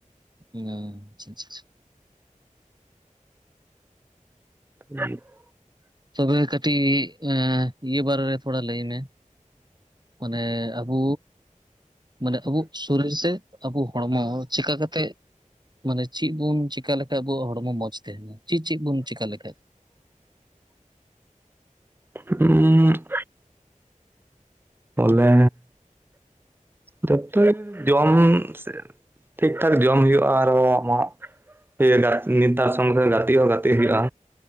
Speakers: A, on the right (about 30°); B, on the right (about 15°).
A: ᱦ <inaudible>
B: ᱦᱩᱸ <unintelligible>
A: ᱛᱚᱵᱮ ᱠᱟᱹᱴᱤᱡ ᱤᱭᱟᱹ ᱵᱟᱨᱮ ᱨᱮ ᱛᱷᱚᱲᱟ ᱞᱟᱹᱭ ᱢᱮ᱾ ᱢᱟᱱᱮ ᱟᱵᱩᱼᱼ ᱢᱟᱱᱮ ᱟᱵᱚ ᱥᱚᱨᱤᱨ ᱥᱮ ᱟᱵᱩ ᱦᱚᱲᱢᱚ ᱪᱮᱠᱟ ᱠᱟᱛᱮᱜᱼᱼ ᱢᱟᱱᱮ ᱪᱮᱫ ᱵᱩᱱ ᱪᱮᱠᱟ ᱞᱮᱠᱷᱟᱡ ᱟᱵᱚᱣᱟᱜ ᱦᱚᱲᱢᱚ ᱢᱚᱸᱡᱽ ᱛᱟᱦᱮᱱᱟ ᱪᱮᱫ ᱪᱮᱫ ᱵᱚᱱ ᱪᱮᱠᱟ ᱞᱮᱠᱷᱟᱡ?
B: ᱟ <inaudible> ᱛᱚᱞᱮᱼᱼ ᱡᱚᱛᱚ ᱡᱚᱢ ᱥᱮ ᱴᱷᱤᱠ ᱴᱷᱟᱠ ᱡᱚᱢ ᱦᱩᱭᱩᱜᱼᱟ ᱟᱨᱚ ᱟᱢᱟᱜᱼᱼ ᱜᱟ ᱱᱮᱛᱟᱨ ᱥᱚᱝᱜᱮ ᱜᱟᱛᱮᱜ ᱦᱚᱸ ᱜᱟᱛᱮᱜ ᱦᱩᱭᱩᱜᱼᱟ᱾